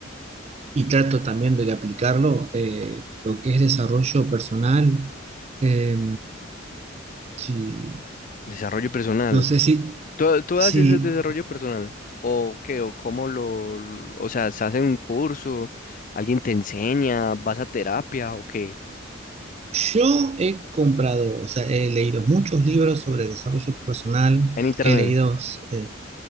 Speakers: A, on the right (about 30°); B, on the left (about 40°).
A: y trato también de aplicarlo, eh, lo que es desarrollo personal. Eh, sí,
B: Desarrollo personal.
A: no sé si,
B: ¿Tú, tú
A: si
B: haces el desarrollo personal? ¿O qué? ¿O cómo lo, lo- o sea, se hace un curso? ¿Alguien te enseña? ¿Vas a terapia o qué?
A: Yo he comprado, o sea, he leído muchos libros sobre desarrollo personal,
B: En internet.
A: he leído eh,